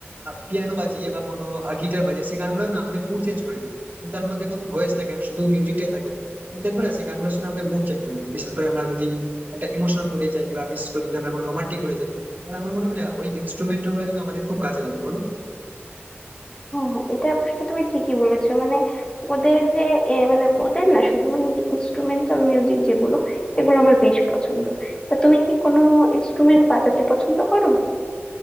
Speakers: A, on the right; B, on the left.
A: পিয়ানো বাজিয়ে বা কোনো গিটার বাজিয়ে সেই গানগুলো না আমাদের মুড চেঞ্জ করে দিবে এবং তার মধ্যে কোনো ভয়েস থাকে না শুধু মিউজিকটাই থাকে তুমি দেখবে না সেই গানগুলো শুনে আমাদের মুড চেঞ্জ হয়ে যায় বিশেষ করে আমরা যদি একটা ইমোশনাল মুডে যাই বা বিশেষ করে যদি আমরা কোনো রোমান্টিক মুডে যাই তাহলে আমার মনে হয় না ওই ইনস্ট্রুমেন্টাল গুলো কিন্তু আমাদের খুব কাজে লাগে বলো
B: হ্যাঁ হ্যাঁ এটা অবশ্য তুমি ঠিকই বলেছো মানে ওদের যে এ, মানে ওদের না শুধু মানে যে ইনস্ট্রুমেন্টাল মিউজিক যেগুলো এগুলো আমার বেশ পছন্দ তা তুমি কি কোনো ইনস্ট্রুমেন্ট বাজাতে পছন্দ করো